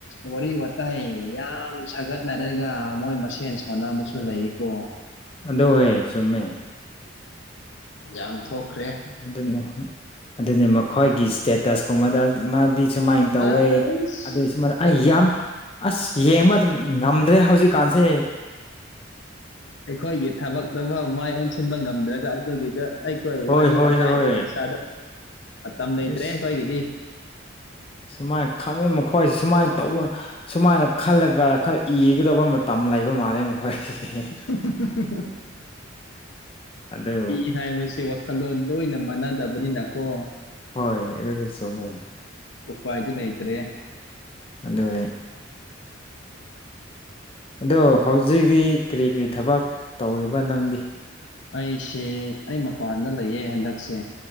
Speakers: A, on the left; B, on the left.
A: ꯋꯥꯔꯤ ꯋꯥꯇꯥꯏ ꯌꯥꯝ ꯁꯥꯒꯠꯅꯔꯒ ꯃꯣꯏ ꯃꯁꯦꯟ ꯁꯥꯎꯅꯕꯁꯨ ꯂꯩꯌꯦꯀꯣ
B: ꯑꯗꫭ <unintelligible> ꯑꯣꯏ ꯆꯨꯝꯃꯦ
A: ꯌꯥꯝ ꯊꯣꯛꯈ꯭ꯔꯦ
B: ꯑꯗꯨꯅꯦ ꯑꯗꯨꯅꯦ ꯃꯈꯣꯏꯒꯤ ꯏꯁꯇꯦꯇꯁꯀꯨꯝꯕꯗ ꯃꯥꯗꯤ ꯁꯨꯃꯥꯏꯅ ꯇꯧꯋꯦ
A: ꯑꯁ
B: ꯑꯗꯨꯏ ꯁꯨꯃ <unintelligible> ꯑꯩ ꯌꯥꯝ ꯑꯁ ꯌꯦꯡꯕ ꯉꯝꯗ꯭ꯔꯦ ꯍꯧꯖꯤꯛꯀꯥꯟꯁꯦ
A: ꯑꯩꯈꯣꯏꯒꯤ ꯊꯕꯛꯇꯐꯥꯎ ꯃꯥꯏ ꯑꯣꯟꯁꯤꯟꯕ ꯉꯝꯗ꯭ꯔꯒ ꯑꯗꯨꯒꯤꯗ ꯑꯩꯈꯣꯏ
B: ꯍꯣꯏ
A: ꯋꯥꯔꯤ
B: ꯍꯣꯏ
A: ꯋꯥꯇꯥꯏ
B: ꯍꯣꯏ ꯍꯣꯏ
A: ꯑꯣꯏꯅ <unintelligible> ꯃꯇꯝ ꯂꯩꯇ꯭ꯔꯦ
B: ꯑꯦꯁ
A: ꯑꯩꯈꯣꯏꯒꯤꯗꯤ
B: ꯁꯨꯃꯥꯏꯅ ꯈꯪꯉꯤ ꯃꯈꯣꯏ ꯁꯨꯃꯥꯏꯅ ꯇꯧꯕ ꯁꯨꯃꯥꯏꯅ ꯈꯜꯂꯒ ꯈꯔ ꯏꯒꯗꯕ ꯃꯇꯝ ꯂꯩꯕ ꯃꯥꯜꯂꯦ ꯃꯈꯣꯏꯁꯦ
A: <unintelligible>
B: ꯑꯗꯨ
A: ꯃꯤ ꯍꯥꯏꯕꯁꯦ ꯋꯥꯈꯜꯂꯣꯟ ꯂꯣꯏꯅ ꯃꯥꯟꯅꯗꯕꯅꯤꯅꯀꯣ
B: ꯍꯣꯏꯖ ꯑꯗꯨꯖꯨ ꯆꯨꯝꯃꯦ
A: ꯎꯄꯥꯏꯗꯤ ꯂꯩꯇ꯭ꯔꯦ
B: ꯑꯗꯨꯅꯦ ꯑꯗꯣ ꯍꯧꯖꯤꯛ ꯀꯔꯤ ꯀꯔꯤ ꯊꯕꯛ ꯇꯧꯔꯤꯕ ꯅꯪꯗꯤ
A: ꯑꯩꯁꯦ ꯑꯩ ꯃꯄꯥꯟꯗ ꯂꯩꯌꯦ ꯍꯟꯗꯛꯁꯦ